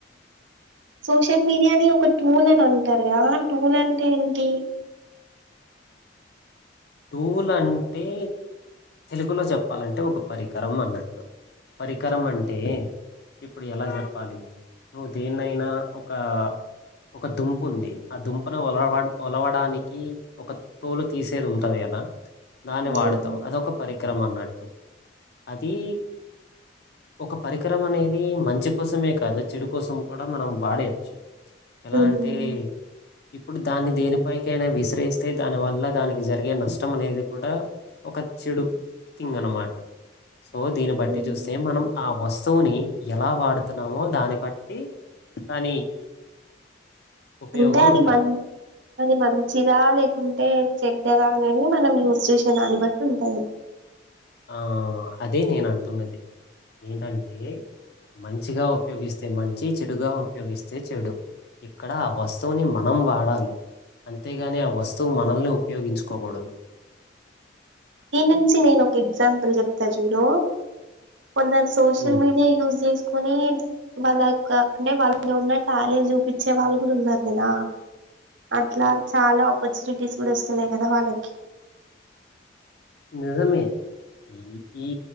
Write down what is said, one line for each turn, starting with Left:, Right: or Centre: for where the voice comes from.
Right: సోషల్ మీడియాని ఒక టూల్ అని అంటరు కదా, ఆ టూల్ అంటే ఏంటి?
Left: టూల్ అంటే తెలుగులో చెప్పాలంటే, ఒక పరికరం అన్నట్టు. పరికరం అంటే ఇప్పుడు ఎలా చెప్పాలి? నువ్వు దేన్నైనా ఒక, ఒక దుంపుంది. ఆ దుంపను ఒలవ ఒలవడానికి ఒక తోలు తీసేది ఉం టది గదా? దాన్ని
Right: ఉమ్.
Left: వాడతవు, అదొక పరిక్ కరమ్ అన్నట్టు. అదీ ఒక పరికరం అనేది మంచి కోసమే కాదు, చెడు కోసం కూడా మనం వాడేయొచ్చు. ఎలా
Right: ఉమ్.
Left: అంటే? ఇప్పుడు దాన్ని దేనిపైకైనా విసిరేస్తే, దాని వల్ల దానికి జర్ రిగే నష్టం అనేది కూడా, ఒక చెడు థింగ్ అన్నమాట. సో, దీన్ని బట్టి
Right: ఉమ్.
Left: చూస్తే మనం ఆ వస్తువుని ఎలా వాడుతున్నామో, దాన్ని బట్టి దాని ఉపయోగం
Right: అంటే, అది
Left: ఉంటది.
Right: మన్ అది మంచిదా లేకుంటే చెడ్డద అనేది, మనం యూస్ చేసే దాన్ని బట్టి ఉంటది.
Left: ఆ, అదే నేనంటున్నది? ఏంటంటే, మంచిగా ఉపయోగిస్ స్తే మంచి, చెడుగా ఉపయోగిస్తే చెడు. ఇక్కడ ఆ వస్తువుని, మనం వాడాలి. అంతేగాని ఆ వస్తువు మనల్ని ఉపయోగించుకోకూడదు.
Right: దీన్నుంచి నేనొక ఎగ్జాంపుల్ చెప్తా చూడు? కొందరు సోషల్
Left: ఉమ్,
Right: మీడియా యూజ్ చేసుకొని. వాళ్ళయొక్క అంటే వాళ్ళలో ఉన్న టాలెంట్ చూపించే వాళ్ళు కూడా ఉన్నారు కదా. అట్లా చాలా ఆపర్చునిటీస్ కూడ వస్తున్నాయి కదా వాళ్ళకి.
Left: నిజమే, ఈ ఈ